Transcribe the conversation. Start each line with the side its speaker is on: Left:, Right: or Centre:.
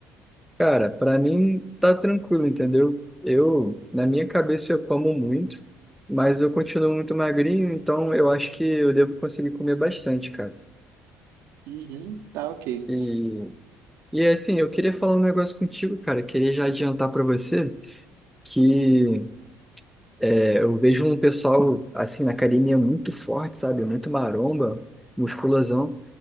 Centre: Cara, para mim tá tranquilo, entendeu? Eu, na minha cabeça, eu como muito, mas eu continuo muito magrinho, então eu acho que eu devo conseguir comer bastante, cara.
Right: Uhum, tá ok.
Centre: E, e assim, eu queria falar um negócio contigo, cara. Queria já adiantar para você que É, Eu vejo um pessoal, assim, na academia muito forte, sabe? Muito maromba, musculosão.